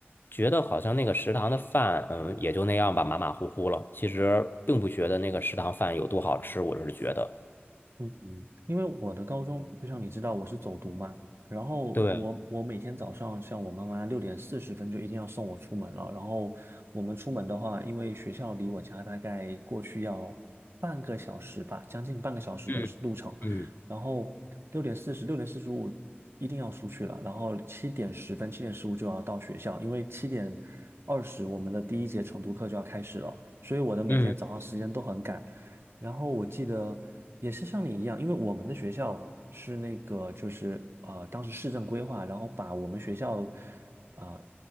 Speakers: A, on the left; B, on the right.
A: 觉得好像那个食堂的饭，嗯，也就那样吧，马马虎虎了。其实并不觉得那个食堂饭有多好吃，我是觉得，
B: 嗯，因为我的高中，就像你知道，我是走读嘛，然后我我每天早上，
A: 对，
B: 像我妈妈六点四十分就一定要送我出门了。然后我们出门的话，因为学校离我家大概过去要半个小时吧，将近半个小时的路程。
A: 嗯嗯
B: 然后六点四十、六点四十五一定要出去了，然后七点十分、七点十五就要到学校，因为七点二十我们的第一节晨读课就要开始了。所以我的每天早上时间都很赶，
A: 嗯
B: 然后我记得也是像你一样，因为我们的学校是那个就是呃，当时市政规划，然后把我们学校啊、呃